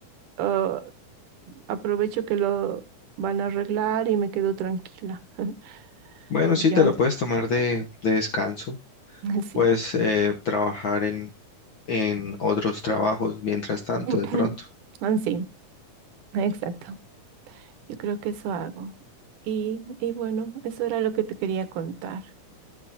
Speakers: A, on the right; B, on the left.
A: Ah, aprovecho que lo van a arreglar y me quedo tranquila. <laughs>
B: Bueno,
A: Y
B: sí,
A: ya,
B: te lo puedes tomar de, de descanso.
A: así.
B: Puedes eh, trabajar en, en otros trabajos mientras tanto,
A: <clears throat>
B: de pronto.
A: Así, exacto. Yo creo que eso hago. Y, y bueno, eso era lo que te quería contar.